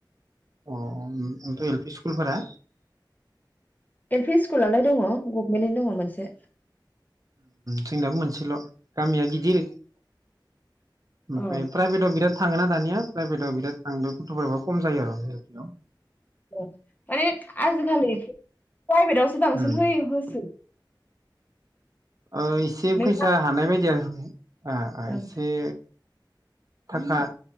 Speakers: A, on the right; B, on the left.
A: अ अ उम उम ओमफाय एल पि स्कुलफोरा
B: एल पि स्कुलालाय दङ गभनमेन्टनि दङ मोनसे
A: जोंनाबो मोनसेल' गामिया गिदिर ओमफ्राय
B: औ
A: प्राइभेट अ बिराद थाङोना दानिया प्राइभेटआव बिराद थांदो गथ'फोराबो खम जायो आरो जखियाव।
B: औ माने आजिखालि प्राइभेटावसो बांसिन
A: उम
B: होयो होस
A: ओ एसे
B: नों
A: फैसा हानाय बायदि आरो ओ ओ
B: ओं
A: एसे थाखा